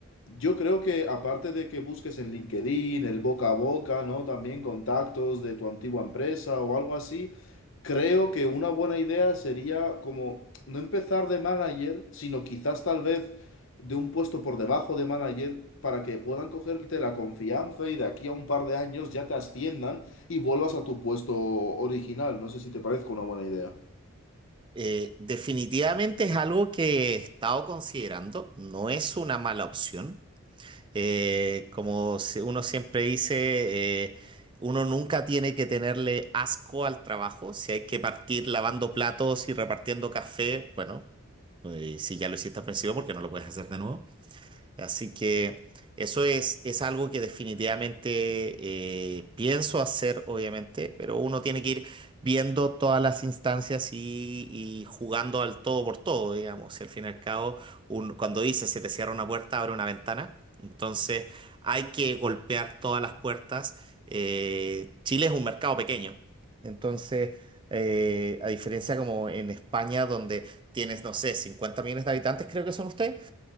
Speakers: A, on the left (about 60°); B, on the right (about 20°).
A: Yo creo que aparte de que busques en LinkedIn, el boca a boca, ¿no? También contactos de tu antigua empresa o algo así, creo que una buena idea sería como no empezar de manager, sino quizás tal vez de un puesto por debajo de manager para que puedan cogerte la confianza y de aquí a un par de años ya te asciendan y vuelvas a tu puesto original. No sé si te parece una buena idea.
B: Eh, definitivamente es algo que he estado considerando, no es una mala opción. Eh, como si- uno siempre dice, eh, uno nunca tiene que tenerle asco al trabajo. Si hay que partir lavando platos y repartiendo café, bueno, eh, si ya lo hiciste al principio, porque no lo puedes hacer de nuevo? Así que eso es, es algo que definitivamente eh, pienso hacer, obviamente, pero uno tiene que ir viendo todas las instancias y, y jugando al todo por todo, digamos. Y al fin y al cabo, un- cuando dice se te cierra una puerta, abre una ventana. Entonces hay que golpear todas las puertas. Eh, Chile es un mercado pequeño. Entonces, eh, a diferencia como en España, donde tienes, no sé, 50 millones de habitantes, creo que son ustedes.